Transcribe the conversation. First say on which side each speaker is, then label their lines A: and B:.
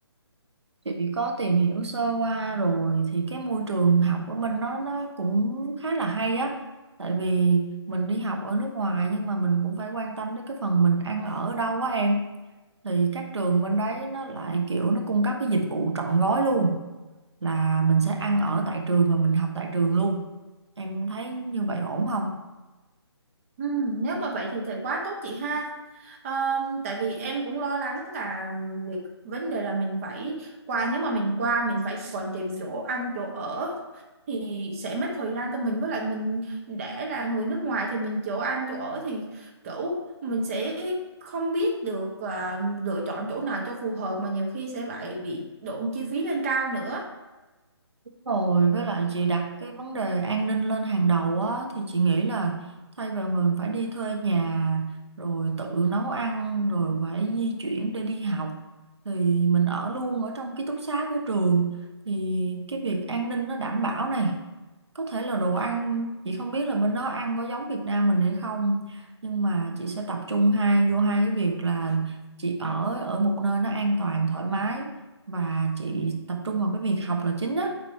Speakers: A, on the right; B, on the right.
A: Chị có tìm hiểu sơ qua rồi thì cái môi trường học ở bên nó nó cũng khá là hay á. Tại vì mình đi học ở nước ngoài nhưng mà mình cũng phải quan tâm đến cái phần mình ăn ở ở đâu quá em. Thì các trường bên đấy nó lại kiểu nó cung cấp cái dịch vụ trọn gói luôn là mình sẽ ăn ở tại trường và mình học tại trường luôn. Em thấy như vậy ổn không?
B: Ừ, nếu mà vậy thì thật quá tốt chị ha. Ờ, tại vì em cũng lo lắng là việc vấn đề là mình phải qua nếu mà mình qua mình phải còn tìm chỗ ăn chỗ ở thì sẽ mất thời gian cho mình với lại mình để là người nước ngoài thì mình chỗ ăn chỗ ở thì kiểu mình sẽ không biết được à, lựa chọn chỗ nào cho phù hợp mà nhiều khi sẽ lại bị độn chi phí lên cao nữa.
A: Rồi với lại chị đặt cái vấn đề an ninh lên hàng đầu á thì chị nghĩ là thay vì mình phải đi thuê nhà rồi tự nấu ăn rồi phải di chuyển để đi học thì mình ở luôn ở trong ký túc xá của trường thì cái việc an ninh nó đảm bảo này có thể là đồ ăn chị không biết là bên đó ăn có giống Việt Nam mình hay không nhưng mà chị sẽ tập trung hai vô hai cái việc là chị ở ở một nơi nó an toàn thoải mái và chị tập trung vào cái việc học là chính á